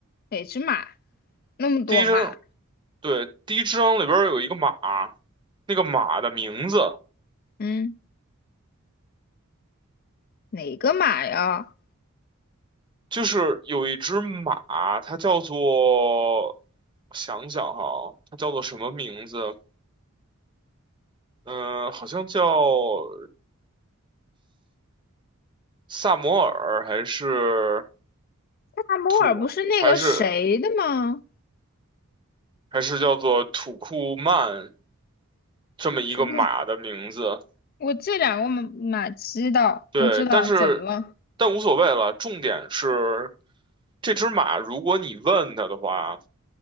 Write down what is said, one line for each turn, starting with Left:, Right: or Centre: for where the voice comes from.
Left: 哪只马？那么多马？
Right: 第一章，对，第一章里边有一个马，那个马的名字
Left: 嗯，哪个马呀？
Right: 就是有一只马，它叫做，我想想哈，它叫做什么名字？嗯、好像叫萨摩尔还是
Left: 大摩尔不是那个谁的吗？
Right: 土，还是还是叫做土库曼这么一个马的名字。
Left: 图库，我这两个马马知道，
Right: 对，
Left: 我知道怎么了？
Right: 但是但无所谓了。重点是这只马，如果你问它的话，